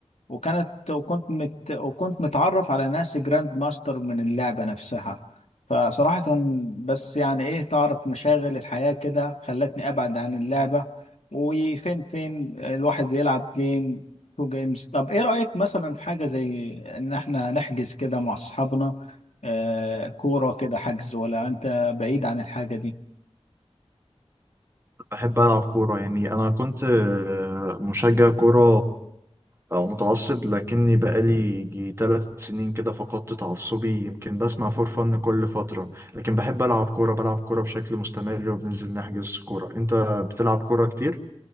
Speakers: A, on the left; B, on the right.
A: وكانت وكنت مت وكنت متعرف على ناس جراند ماستر من اللعبة نفسها فصراحة بس يعني ايه تعرف مشاغل الحياة كده خلتني ابعد عن اللعبة وفين فين الواحد بيلعب جيم تو جيمز طب ايه رأيك مثلا في حاجة زي ان احنا نحجز كده مع اصحابنا آه كورة كده حجز ولا انت بعيد عن الحاجة دي
B: بحب ألعب كورة يعني أنا كنت آه، مشجع كورة أو متعصب لكني بقالي جي تلات سنين كده فقدت تعصبي يمكن بسمع فور فن كل فترة لكن بحب ألعب كورة بلعب كورة بشكل مستمر وبننزل نحجز كورة أنت بتلعب كورة كتير؟